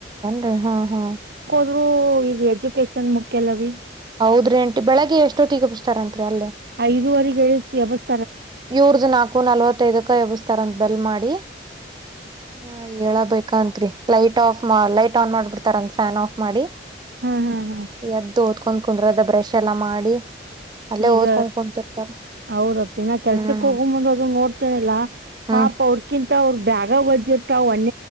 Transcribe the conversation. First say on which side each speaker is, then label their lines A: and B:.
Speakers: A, on the right; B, on the right.
A: ರ ಹಾ ಹಾ <inaudible>
B: ಆದ್ರರು ಈಗ ಎಜುಕೇಶನ್ ಮುಖ್ಯಲ್ವೀ
A: ಹೌದ್ರಿ ಅಂಟಿ ಬೆಳಗ್ಗೆ ಎಷ್ಟೊತ್ತಗ ಬಿಸ್ತಾರಂತ್ರಿ ಅಲ್ಲೇ
B: ಐದುವರೆಗೆ ಹೇಳಿ ಎಬ್ಸಿ
A: ಇವರ್ದ ನಾಕು ನಲ್ವತ್ತೈದಕ್ಕ ಎಬ್ಸತಾರಂತ ಬೆಲ್ ಮಾಡಿ ಹಾ ಹೇಳಬೇಕಂತ್ರಿ ಲೈಟ್ ಆಫ್ ಲೈಟ್ ಆನ್ ಮಾಡ್ಬಿಡ್ತಾರಂದ ಫ್ಯಾನ್ ಆಫ್ ಮಾಡಿ
B: ಹಾ ಹಾ ಹಾ
A: ಎದದ ಕುಂದ್ ಕುಂದ್ರ ಅದ ಬ್ರಶ್ ಎಲ್ಲಾ ಮಾಡಿ ಅಲ್ಲೇ
B: ಈಗ
A: ಓದ್ಕೊಂಡ್ ಕುಂತಿರ್ತಾರ
B: ಹೌದ ಇನ್ನ ಕೆಲ್ಸಕ್
A: ಹ್ಮ್
B: ಹೋಗ ಮುಂದ ಅದ ನೋಡ್ತೇರಲ್ಲ
A: ಹ್ಮ್
B: ಪಾಪ ಅವ್ರಕಿಂತ ಅವ್ರ ಬ್ಯಾಗ ಓಜ ಎರವಲು ಅವ್ ಅನ್